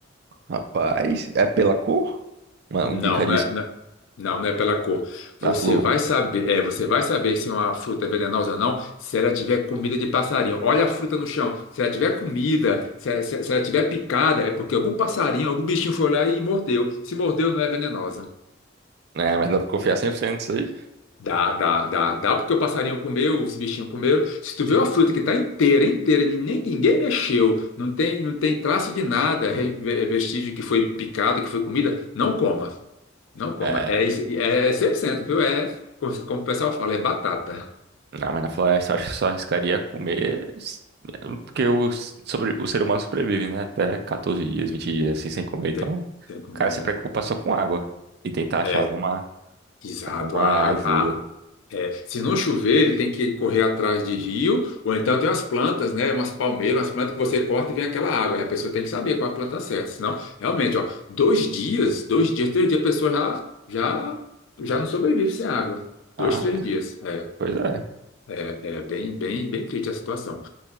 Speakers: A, on the right (about 55°); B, on the left (about 80°).
A: rapaz, é pela cor? Uma
B: Não,
A: indica
B: não é, não, é, não não é pela cor.
A: Da
B: Você
A: Flu.
B: vai saber, é, você vai saber se uma fruta é venenosa ou não se ela tiver comida de passarinho. Olha a fruta no chão. Se ela tiver comida, se, se- se ela tiver picada, é porque algum passarinho, algum bichinho foi lá e mordeu. Se mordeu, não é venenosa.
A: né? mas dá pra confiar 100% nisso aí?
B: Dá, dá, dá. Dá porque o passarinho comeu, os bichinhos comeram. Se tu vê uma fruta que está inteira, inteira, e ninguém, ninguém mexeu, não tem, não tem traço de nada, re- vestígio que foi picada, que foi comida, não coma. Não coma.
A: É,
B: É, isso- é 100%, viu? É, como, como o pessoal fala, é batata.
A: não, mas na floresta eu acho que só arriscaria comer. s- é, Porque o, s- sobre, o ser humano sobrevive, né? Até 14 dias, 20 dias assim sem comer. Então,
B: Tem,
A: o
B: tem que comer,
A: cara se
B: né?
A: preocupa só com água e tentar achar
B: É,
A: alguma,
B: exato.
A: alguma
B: A, água-
A: ajuda.
B: a, é, se não chover, ele tem que correr atrás de rio, ou então tem umas plantas, né? Umas palmeiras, umas plantas que você corta e vem aquela água. Aí a pessoa tem que saber qual é a planta certa. Senão, realmente, ó, dois dias, dois dias, três dias, a pessoa já, já, já não sobrevive sem água.
A: Ah,
B: Dois, três dias. É,
A: pois é,
B: é, é bem, bem, bem crítica a situação.